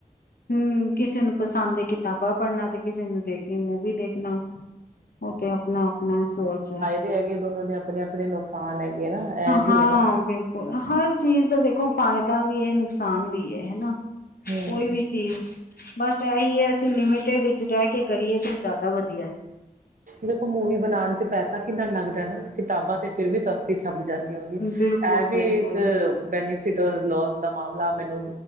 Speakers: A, on the left; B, on the right.
A: ਹੂੰ ਕਿਸੇ ਨੂੰ ਪਸੰਦ ਏ ਕਿਤਾਬਾਂ ਪੜਨਾ 'ਤੇ ਕਿਸੇ ਨੂੰ ਦੇਖਣੀ ਮੂਵੀ ਦੇਖਣਾ। ਓ 'ਤੇ ਆਪਣਾ-ਆਪਣਾ ਸੋਚ ਐ।
B: 'ਤੇ ਹੈਗੀ ਐ ਦੋਨੋ ਦੇ ਆਪਣੇ-ਆਪਣੇ ਨੁਕਸ ਥਾਂਨ ਹੈਗੀ ਏ ਨਾ ਹੈ। ਇਹ ਵੀ
A: ਹਾਂ
B: ਨਾ
A: ਬਿਲਕੁੱਲ ਹਰ ਚੀਜ਼ ਦਾ ਦੇਖੋ ਫਾਇਦਾ ਵੀ ਐ, ਨੁਕਸਾਨ ਵੀ ਏ ਹੈਨਾ।
B: ਹਮ
A: ਕੋਈ ਵੀ ਚੀਜ਼ ਬਸ ਐਹੀ ਏ ਅਸੀਂ ਲਿਮਟਿਡ ਵਿੱਚ ਰੈ ਕੇ ਕਰੀਏ 'ਤੇ ਜਿਆਦਾ ਵਧੀਆ ਐ।
B: ਦੇਖੋ ਮੂਵੀ ਬਣਾਣ 'ਚ ਪੈਸਾ ਕਿੰਨਾ ਲੱਗਦੈ ਨਾ, ਕਿਤਾਬਾਂ 'ਤੇ ਫੇਰ ਵੀ ਸਸ ਤੀ ਛੱਪ ਜਾਂਦੀ ਹੋਗੀ
A: ਬਿਲਕੁਲ-ਬਿਲਕੁਲ,
B: ਐ ਵੀ ਇੱਕ ਬੈਨੀ ਫਿਟਲ ਲੋਸ ਦਾ ਮਾਮਲਾ ਮੈਨੂੰ